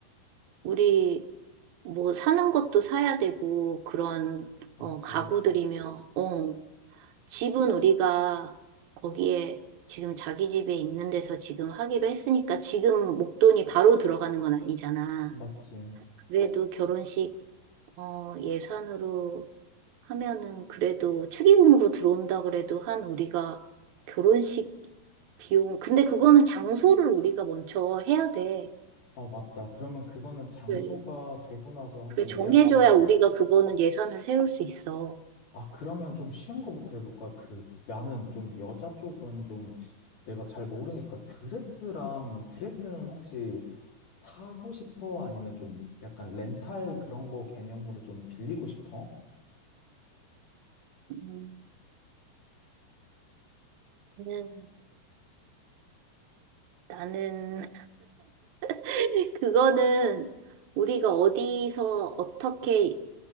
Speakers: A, on the right; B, on the left.
A: 우리 뭐 사는 것도 사야 되고, 그런,
B: 맞지.
A: 어, 가구들이며, 어, 집은 우리가 거기에 지금 자기 집에 있는 데서 지금 하기로 했으니까 지금 목돈이 바로 들어가는 건 아니잖아.
B: 맞지.
A: 그래도 결혼식 어, 예산으로 하면은 그래도 축의금으로 들어온다 그래도 한 우리가 결혼식 비용 근데 그거는 장소를 우리가 먼저 해야 돼.
B: 아, 맞다. 그러면 그거는 장소가
A: 그래,
B: 되고 나서 한번
A: 그래 정해줘야
B: 이야기해보자.
A: 우리가 그거는 예산을 세울 수 있어.
B: 아, 그러면 좀 쉬운 거부터 해볼까? 그, 나는 좀 여자 쪽은 좀 내가 잘 모르니까 드레스랑, 드레스는 혹시 사고 싶어? 아니면 좀 약간 렌탈 그런 거 개념으로 좀 빌리고 싶어?
A: 음, 나는 나는 <laughs> 그거는 우리가 어디서 어떻게